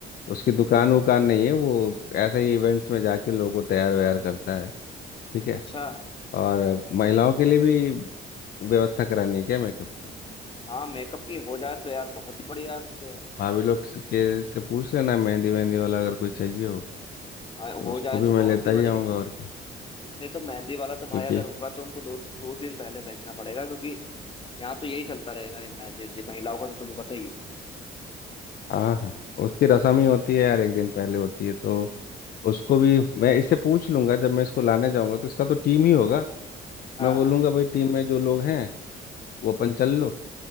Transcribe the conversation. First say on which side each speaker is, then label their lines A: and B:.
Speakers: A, on the left; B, on the left.
A: उसकी दुकान वुकान नहीं है वो ऐसे ही इवेंट्स में जाके लोगों को तैयार वैयार करता है ठीक है
B: अच्छा
A: और महिलाओं के लिए भी व्यवस्था करानी है क्या मेकअप की
B: हाँ मेकअप की हो जाए तो यार बहुत ही बढ़िया है फिर से यार
A: भाभी लोग से- के से पूछ लेना मेहंदी वेहंदी वाला अगर कोई चाहिए हो
B: हाँ
A: तो
B: हो
A: उसको
B: जाए
A: भी
B: तो
A: मैं
B: बहुत
A: लेता
B: ही बढ़िया
A: ही आऊँगा
B: है
A: और क्या
B: नहीं तो मेहंदी वाला तो भाई
A: क्योंकि
B: अगर होगा तो उनको दो दो दिन पहले भेजना पड़ेगा क्योंकि यहाँ तो यही चलता रहेगा ये मेहंदी वेहंदी, महिलाओं का तो तुम्हें पता ही है
A: हाँ हाँ उसकी रसम ही होती है यार एक दिन पहले होती है तो उसको भी मैं इससे पूछ लूंगा जब मैं इसको लाने जाऊंगा तो इसका तो टीम ही होगा
B: हाँ
A: मैं बोलूंगा भाई टीम में जो लोग हैं वो अपन चल लो